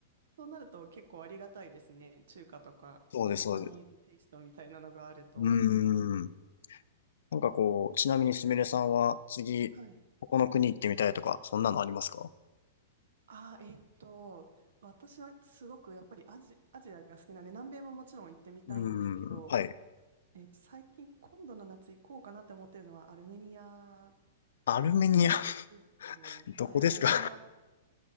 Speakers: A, on the right (about 70°); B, on the left (about 80°).
A: そうなると結構ありがたいですね。中華とか、
B: そうです、
A: こう、ジャパニーズテイストみたいなのがあると。
B: そうです。うーん。なんかこう、ちなみにすみれさんは、次、
A: はい。
B: ここの国行ってみたいとか、そんなのありますか
A: ああ、えーっと、私はすごくやっぱりアジ、アジアが好きなんで、南米ももちろん行ってみたいんですけど、
B: うーん。はい。
A: えーっと、最近、今度の夏行こうかなって思ってるのはアルメニア
B: アルメニア、
A: ですね。
B: <laughs>
A: はい、
B: どこですか
A: アルメニア、